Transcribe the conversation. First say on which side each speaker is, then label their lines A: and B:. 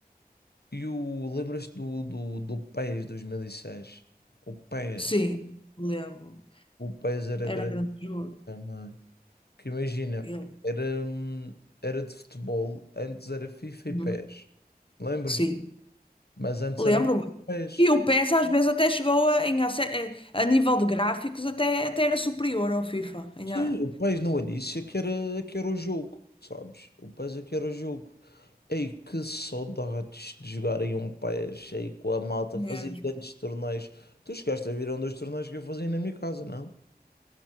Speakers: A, on the left; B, on the left.
A: e o lembras-te do, do do PES 2006? O PES,
B: Sim, lembro.
A: o PES era
B: Era
A: grande
B: grande jogo.
A: também. Que imagina,
B: Ele.
A: era hum, era de futebol, antes era FIFA
B: Hum,
A: e PES. Lembras-te?
B: Sim,
A: Mas antes era
B: lembro-me.
A: mais
B: E o
A: PES.
B: PES às vezes até chegou a, em ace- a, a nível de gráficos, até, até era superior ao FIFA. Em
A: Sim,
B: a-
A: o PES no início é que era, é que era o jogo, sabes? O PES é que era o jogo. Ei, que saudades de jogar em um PES, aí com a malta,
B: mesmo.
A: fazia grandes torneios. Tu chegaste a vir a um dos torneios que eu fazia na minha casa, não?